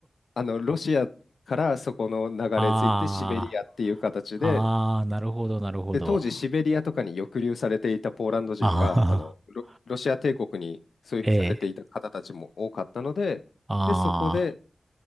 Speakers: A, on the left (about 80°); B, on the right (about 20°).
A: あのロシアからそこの流れ着いてシベリアっていう形で
B: <laughs> ああ。ああ、なるほど、なるほど。
A: で、当時シベリアとかに抑留されていたポーランド人が、
B: ああ、
A: あの、ロ、ロシア帝国にそういうふうにされていた方たちも多かったので、
B: ええ。あ
A: で、そこで、